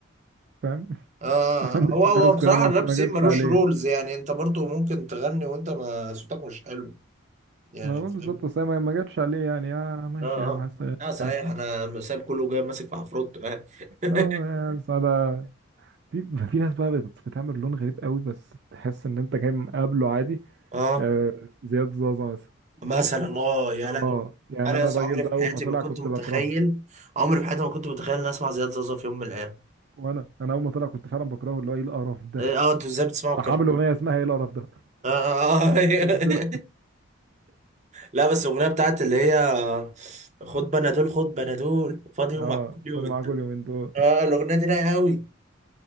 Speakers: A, on the right; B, on the right.
A: فاهم <laughs>
B: آه
A: محدش
B: هو هو
A: ماسكه
B: بصراحة
A: يا ما
B: الراب
A: اصل ما
B: سين
A: جاتش
B: ملوش
A: عليه
B: رولز يعني انت برضو ممكن تغني وانت ما صوتك مش حلو يعني
A: ما انا بقول
B: فاهم
A: بالظبط اصل هي ما ما جاتش عليه يعني يا ماشي
B: اه
A: يا
B: اه
A: مع السلامه
B: اه صحيح
A: يعني
B: انا سايب كله جاي ماسك في عفروتو يعني <laughs>
A: اه يا سعادة في في ناس بقى بت- بتعمل لون غريب قوي بس تحس ان انت جاي مقابله عادي
B: اه
A: آه زياد زازا مثلا
B: مثلا اه يا
A: اه
B: لهوي
A: يعني
B: انا
A: انا
B: يا اسطى
A: الراجل
B: عمري
A: ده
B: في حياتي
A: اول ما طلع
B: ما كنت
A: كنت
B: متخيل
A: بكرهه
B: عمري في حياتي ما كنت متخيل اني اسمع زياد زازا في يوم من الايام
A: وانا انا اول ما طلع كنت فعلا بكرهه اللي هو ايه القرف ده
B: إيه، اه انتوا ازاي بتسمعوا الكلام
A: راح عامل اغنيه اسمها ايه القرف ده
B: آه, آه, آه. <laughs>
A: نزلها.
B: لا بس الاغنيه بتاعت اللي هي خد بنادول خد بنادول فاضي يوم
A: اه
B: مع كل يوم
A: فاضي
B: الدول.
A: معاك اليومين دول
B: اه الاغنيه دي رايقه قوي